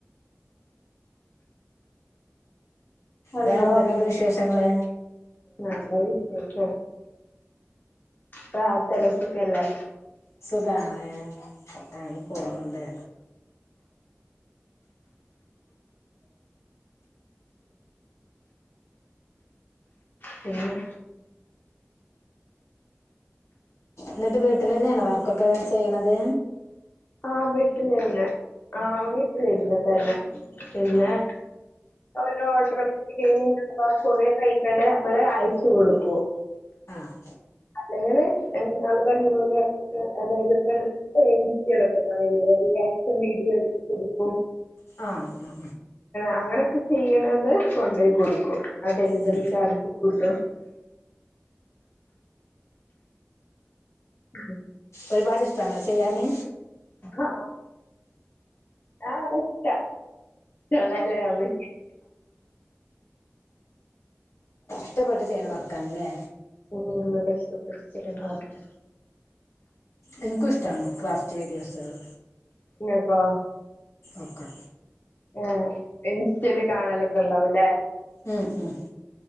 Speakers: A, on the left; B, on the left.
A: ഹലോ
B: വേറെ എന്തേക്കെ ഉണ്ട് വിശേഷങ്ങള്
A: നല്ല വിശേഷം ക്ലാസ്സ‌ എ <unintelligible> അല്ലേ
B: സുഖാണ് അങ്ങനെ പോണ് ണ്ട്
A: പിന്നെ
B: ന്നട്ട് വീട്ടിലന്നെണോ വർക്കൊക്കെ ചെയ്യ്ണത്
A: ആ വീട്ടിലന്നെ ആ വീട്ടിലിര്ന്ന്ട്ടന്നെ പിന്നെ ഒരു ഓഡറ് <unintelligible> കൊറേ കയിക്കണ് നമ്മള് അയച് കൊടുക്കും
B: ആഹ്
A: അല്ലങ്കില് <unintelligible> ആ റിയാക്ഷൻ വീഡിയോ എട്ക്കട്ക്കും
B: ആ ആ
A: അങ്ങനെയൊക്കെ ചെയ്യ്ണത് കൊണ്ടയി കൊട്ക്കും ആ ഡെലിവറി
B: ഉം
A: ചാർജ് കൊട്ത്തു ഉം
B: ഒരുപാട് ഇഷ്ടാണോ അത് ചെയ്യാന്
A: ആ ആ അത് ഇഷ്ട <unintelligible>
B: ഇഷ്ടപ്പെട്ട് ചെയ്യ്ണ വർക്കാണ് ലെ
A: ഉം അതെ ഇഷ്ടപെട്ട് ചെയ്യുന്ന വർക്ക
B: എനിക്കും ഇഷ്ടാണ് ക്രാഫ്റ്റ് വീഡിയോസള്
A: ഇങ്ങക്കൊ
B: ഒക്കെ
A: ഏ ഇൻസ്റ്റേല് കാണലൊക്കെ ഇണ്ടാവു ലെ
B: ഉം ഉം